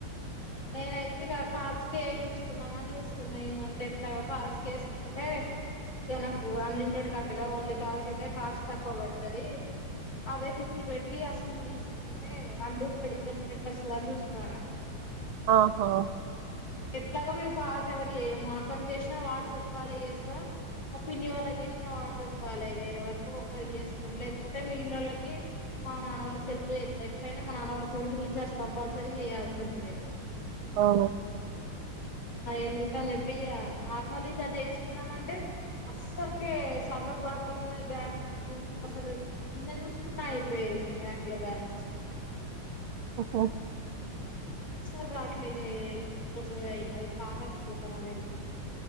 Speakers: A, on the left; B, on the right.
A: నైనైయితే ఇ కాల్కి కందామని చూస్తున్నాం ఈ మంత్ ఎట్లా కాల్స్ చేసుకుంటే ఇ నాకు అన్లిమిటెడ్ కట్టుగా ఓన్లీ కాల్స్ అయితే కాస్ట్ తక్కువ పడుతుంది అదే ఫిఫ్టీ పెట్టీ ఆ సిమ్ తీసుకు అంటే అందు పెడిద్ద నెట్టస్తుందని చూస్తాను
B: ఆహా
A: ఎట్లాగో మేము కాల్స్ ఎవరు చేయము మా అక్కకి చేసినా వాట్స్ అప్ కాల్ చేస్తాం మా పిన్ని వాళ్ళకి చేసినా వాట్స్ అప్ కాల్ చేస్తాం ఎవరికు ఒక్కరు చేస్తాం లేకపోతే మిగిలిన వాళ్ళకి మా నాన్నవాళ్ళ ెల్ఫస్త ఎట్లయినా మా నానా వాళ్ళ ఫోన్ రీచార్జ్ కం చేయాల్సింది
B: ఓ
A: ఎందుక అని చెప్పి నార్మల్ రీచార్జ్ చేసుకున్నామంటే అస్సలుకే సర్వర్ ప్రాబ్లమ్ ఉన్నది బ్యాంక్ అసలు నిన్న చూస్ న్న అయిపోయది మి బ్యాంక్ లో బ్యాలెన్స్
B: ఓహో
A: అసల్ రాట్లే దే ఏ అయి కాదనుకుంట నాకు తెలిసి